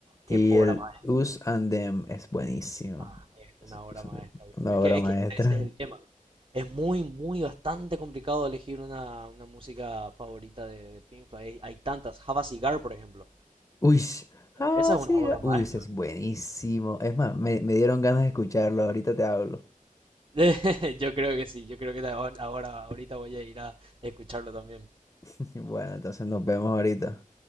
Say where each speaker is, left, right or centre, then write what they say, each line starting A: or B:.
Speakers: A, on the left (about 25°); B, on the right (about 40°).
A: Y
B: qué obra
A: el
B: maestra,
A: Us
B: viejo.
A: and Them es buenísimo.
B: Ah, es una
A: Es
B: obra
A: Us
B: maestra,
A: and Them,
B: viejo.
A: una
B: Es
A: obra
B: que, es
A: maestra.
B: que ese es el tema. Es muy, muy, bastante complicado elegir una, una música favorita de, de Pink Floyd. Hay, hay tantas. Have a Cigar, por ejemplo.
A: Uy, ah,
B: Esa es
A: sí,
B: una obra
A: ga-
B: maestra.
A: uy, ese es buenísimo. Es más, me, me dieron ganas de escucharlo. Ahorita te hablo.
B: <laughs> Yo creo que sí. Yo creo que la- ahora, ahorita voy a ir a escucharlo también.
A: <laughs> Bueno, entonces nos vemos ahorita.